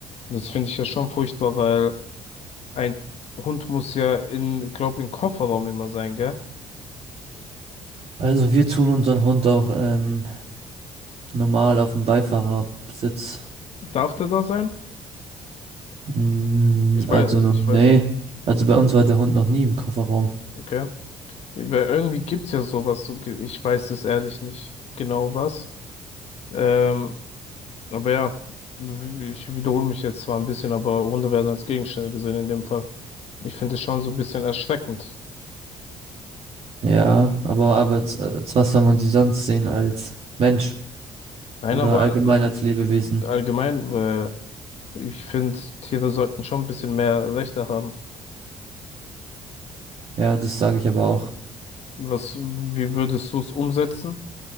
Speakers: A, on the left; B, on the right.
A: Und Das finde ich ja schon furchtbar, weil Ein Hund muss ja in, glaub, im Kofferraum immer sein, gell?
B: Also, wir tun unseren Hund auch ähm, normal auf dem Beifahrersitz.
A: Darf der da sein?
B: Mm,
A: Ich
B: Also,
A: weiß,
B: no-
A: ich weiß,
B: nee. Also, bei uns war der Hund noch nie im Kofferraum.
A: okay. Weil irgendwie gibt's ja sowas, so ge- ich weiß es ehrlich nicht genau was. Ähm, aber ja, w- ich wiederhole mich jetzt zwar ein bisschen, aber Hunde werden als Gegenstände gesehen in dem Fall. Ich finde es schon so ein bisschen erschreckend.
B: Ja, aber, aber z- als was soll man sie sonst sehen als Mensch
A: Nein,
B: oder
A: aber
B: allgemein
A: also
B: als Lebewesen?
A: allgemein, weil ich finde, Tiere sollten schon ein bisschen mehr Rechte haben.
B: Ja, das sage ich aber auch
A: Was, wie würdest du es umsetzen?